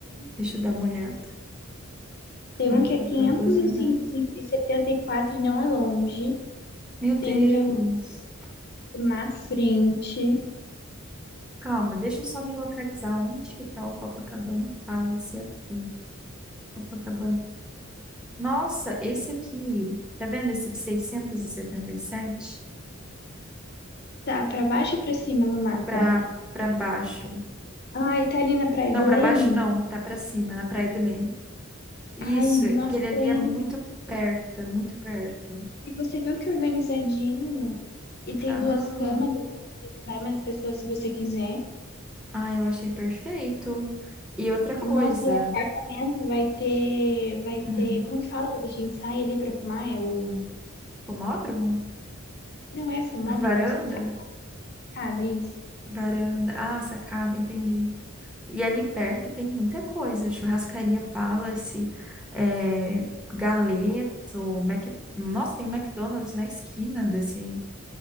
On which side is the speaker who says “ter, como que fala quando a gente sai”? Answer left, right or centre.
Left